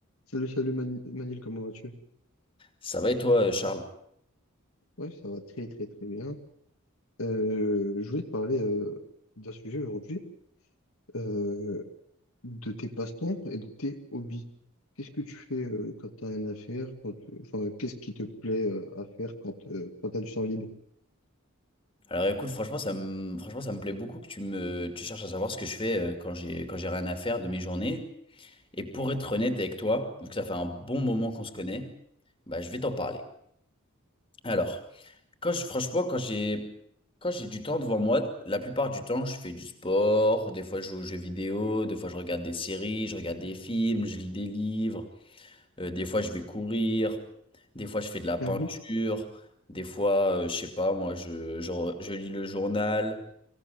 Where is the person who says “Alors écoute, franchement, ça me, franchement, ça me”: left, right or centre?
Left